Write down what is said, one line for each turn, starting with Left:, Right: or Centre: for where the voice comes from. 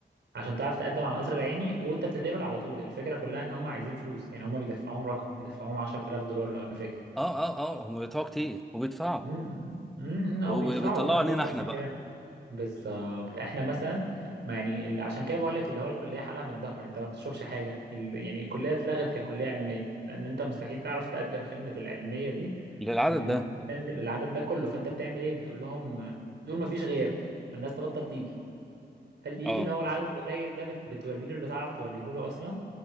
Right: عشان تعرف تقدم على القصر العيني وانت بتتقبل على طول الفكره كلها ان هم عايزين فلوس يعني هم بيدفعوهم رقم بيدفعوهم 10000 دولار لو انا فاكر
Centre: اه اه اه هم بيدفعوا كتير وبيدفعوا
Right: امم امم او
Centre: وبيطلعوا
Right: بيدفعوا الهنود
Centre: علينا
Right: نفس
Centre: احنا
Right: الكلام
Centre: بقى
Right: بالظبط احنا مثلا ما يعني ال- عشان كده بقول لك اللي هو الكليه حالها متدهور انت ما بتشوفش حاجه ال- يعني الكليه اتلغت ككليه علميه لان انت مستحيل تعرف تقدم خدمه العلميه دي
Centre: للعدد
Right: ان الناس
Centre: ده
Right: تنزل العدد ده كله فانت بتعمل ايه بتقول لهم بتقول ما فيش غياب الناس تبطل تيجي فاللي يجي
Centre: اه
Right: اللي هو العدد القليل ده بت- بتوري له اللي تعرف توريه له اصلا